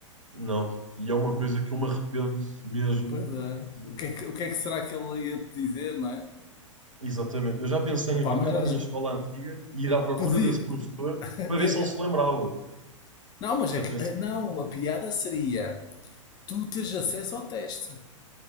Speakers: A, on the right (about 75°); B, on the left (about 25°).
A: não. E é uma coisa que eu me arrependo mesmo
B: Pois é.
A: de...
B: O que é que, o que é que será que ele ia te dizer, não é?
A: Exatamente. Eu já pensei
B: Opa,
A: em voltar
B: mas elas-
A: à minha escola antiga e ir à procura
B: pedir.
A: desse professor para
B: eh,
A: ver se ele
B: eh,
A: se lembrava.
B: Não, mas
A: Já
B: é que.
A: pensei.
B: eh, Não, a piada seria tu teres acesso ao teste.